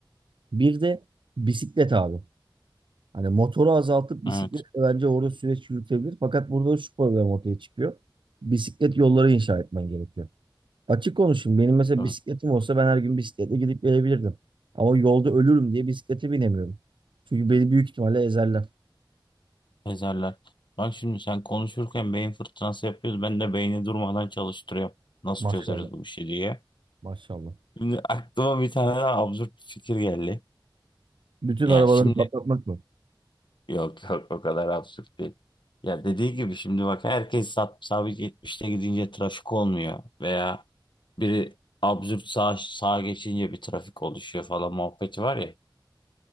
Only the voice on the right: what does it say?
Bir de bisiklet abi. Hani motoru azaltıp bisikletle
bence orada süreç yürütebilir. Fakat burada şu problem ortaya çıkıyor. Bisiklet yolları inşa etmen gerekiyor. Açık konuşayım. Benim mesela
bisikletim olsa ben her gün bisikletle gidip gelebilirdim. Ama yolda ölürüm diye bisiklete binemiyorum. Çünkü beni büyük ihtimalle ezerler.
Maşallah.
Maşallah.
Bütün
arabaları
patlatmak mı?